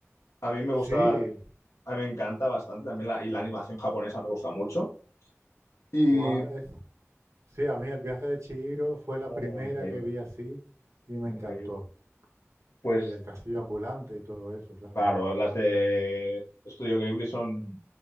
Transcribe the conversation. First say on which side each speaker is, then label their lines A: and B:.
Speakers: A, on the left; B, on the right.
A: A mí me
B: Sí.
A: gusta, a mí me encanta bastante también la, y la animación japonesa me gusta mucho. Y...
B: Guau, es, Sí, a mí el viaje de Chihiro fue la
A: oh,
B: primera
A: increíble,
B: que vi así y me
A: increíble.
B: encantó.
A: Pues
B: Y el castillo ambulante y todo eso, claro.
A: claro, las de Estudio Ghibli son,